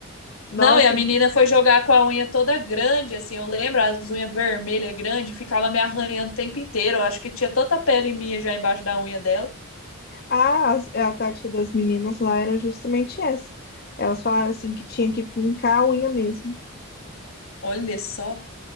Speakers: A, on the left; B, on the left.
A: Nossa.
B: Não, e a menina foi jogar com a unha toda grande, assim, eu lembro, as unhas vermelhas grandes, ficava me arranhando o tempo inteiro. Eu acho que tinha tanta pele minha já embaixo da unha dela.
A: Ah, as- a tática das meninas lá era justamente essa. Elas falaram assim que tinha que fincar a unha mesmo.
B: Olha só,